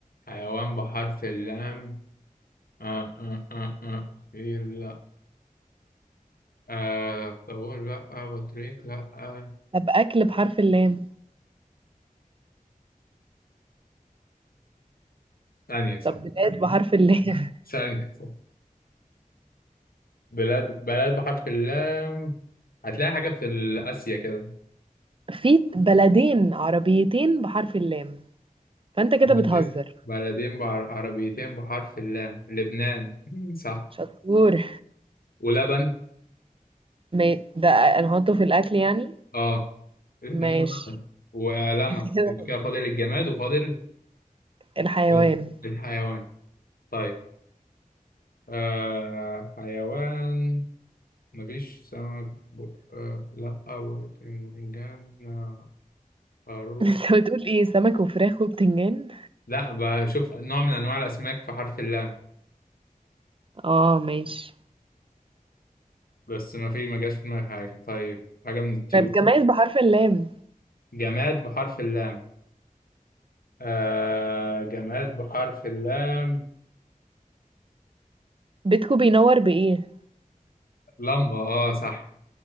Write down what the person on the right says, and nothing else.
طب أكل بحرف اللام
طب بلاد بحرف اللام
<laughs> في بلدين عربيتين بحرف اللام فأنت كده
بتهزر
شطور
ما ده هنحطه في الأكل يعني
ماشي
<laughs> كده
الحيوان
<laughs> انت بتقول ايه سمك وفراخ وبتنجان
اه ماشي
طب جماد بحرف اللام
بيتكو بينور بإيه